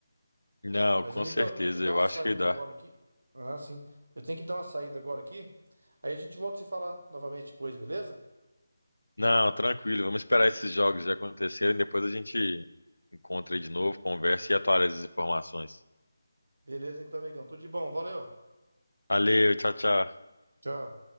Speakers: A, on the left; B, on the right.
A: Não,
B: Mas,
A: com
B: amigão,
A: certeza,
B: eu tenho que dar
A: eu
B: uma saída
A: acho que dá.
B: agora aqui. Ah, sim. Eu tenho que dar uma saída agora aqui. Aí a gente volta a se falar novamente depois, beleza?
A: Não, tranquilo, vamos esperar esses jogos acontecerem, depois a gente encontra aí de novo, conversa e atualiza as informações.
B: Beleza, então, amigão. Tudo de bom. Valeu.
A: Valeu, tchau, tchau.
B: Tchau.